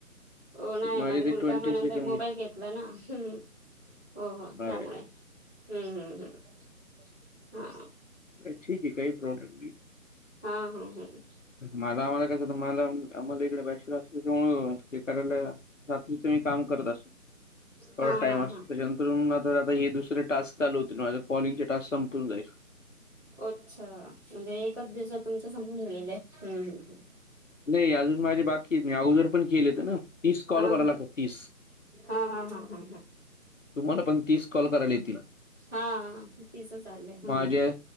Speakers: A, in the centre; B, on the left.
A: हो नाही
B: दे माझे
A: माझा
B: ते
A: मुलगा
B: ट्वेंटी
A: म नंतर
B: सेकंड
A: मोबाईल घेतला ना ह हो हो
B: अरे
A: त्यामुळे
B: अरे
A: हम्म हम्म हम् हा
B: काय ठीक आहे काही प्रॉब्लेम नाही.
A: हा हा हम
B: मला आम्हाला कसं होतं मला आम्हाला इकडे बॅचलर असल्यामुळे त्याच्यामुळे हे करायला रात्रीच मी काम करत असतो थोडा
A: हा
B: टाइम
A: हा
B: असतो
A: हा
B: त्याच्यानंतर नंतरहून मग आता जाता हे दुसरे टास्क चालू होतील माझे कॉलिंग चे टास्क संपून जाईल.
A: ओच्छा म्हणजे एकाच दिवसात तुमचे समजून गेलय हम् हम्
B: नाही अजून माझी बाक कित मी अगोदर पण केले होते ना तीस कॉल करावे
A: हा
B: लागतात तीस.
A: हा हा हा हा
B: तुम्हाला पण तीस कॉल करायला येतील
A: हा हा तिच चाललंय हम्म
B: माझ्या